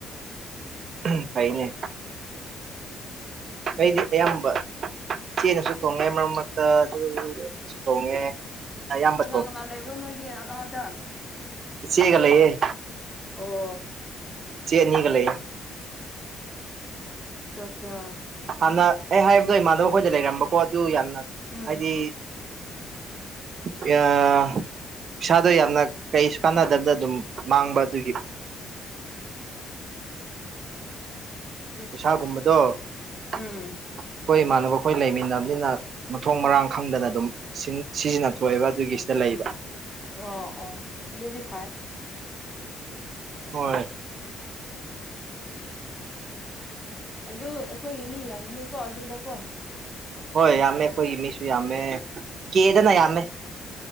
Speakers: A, on the right (about 55°); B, on the left (about 15°).
A: ꯎ ꯐꯩꯅꯦ ꯑꯩꯩꯗꯤ ꯑꯌꯥꯝꯕ ꯏꯆꯦꯅꯁꯨ ꯇꯣꯡꯉꯦ ꯃꯔꯛ ꯃꯔꯛꯇ ꯑꯗꯨꯁꯨ ꯊꯣꯡꯉꯦ ꯑꯩꯅ ꯑꯌꯥꯝꯕ
B: ꯀꯅꯥꯅꯂ ꯂꯩꯕ꯭ꯔꯅꯣꯏꯒꯤ ꯑꯗ
A: ꯏꯆꯦꯒꯂꯩꯌꯦ
B: ꯑꯣ
A: ꯀꯅꯤꯒ ꯂꯩ
B: ꯑꯆꯥꯠꯆꯥ
A: ꯍꯥꯟꯅ ꯑꯩ ꯍꯥꯏꯕꯗꯣ ꯏꯃꯥꯟꯅꯕꯈꯣꯏꯗ ꯂꯩꯔꯝꯕꯀꯣ ꯑꯗꯨ ꯌꯥꯝꯅ
B: ꯎꯝ
A: ꯍꯥꯏꯗꯤ ꯄꯩꯁꯥꯗꯣ ꯌꯥꯝꯅ ꯀꯩꯁꯨ ꯀꯥꯟꯅꯗꯕꯅ ꯑꯗꯨꯝ ꯃꯥꯡꯕ ꯑꯗꯨꯒꯤ
B: <unintelligible>
A: ꯄꯩꯁꯥꯒꯨꯝꯕꯗꯣ ꯑꯩꯈꯣꯏ
B: ꯎꯝ
A: ꯏꯃꯥꯟꯅꯕꯈꯣꯏ ꯂꯩꯃꯤꯟꯅꯕꯅꯤꯅ ꯃꯊꯣꯡ ꯃꯔꯥꯡ ꯈꯪꯗꯅ ꯑꯗꯨꯝ ꯁꯤꯖꯤꯟꯅ ꯊꯣꯛꯑꯦꯕ ꯑꯗꯨꯒꯤꯁꯤꯗ ꯂꯩꯕ
B: ꯑꯣ ꯑꯣ ꯑꯗꯨꯗꯤ ꯐꯥꯏ
A: ꯍꯣꯏ
B: ꯑꯗꯨ ꯑꯩꯈꯣꯏꯒꯤ ꯃꯤ ꯌꯥꯝꯃꯅꯤꯀꯣ ꯑꯗꯨꯗꯀꯣ
A: ꯍꯣꯏ ꯌꯥꯝꯃꯦ ꯑꯩꯈꯣꯏꯒꯤ ꯃꯤꯁꯨ ꯌꯥꯝꯃꯦ ꯀꯦꯗꯅ ꯌꯥꯝꯃꯦ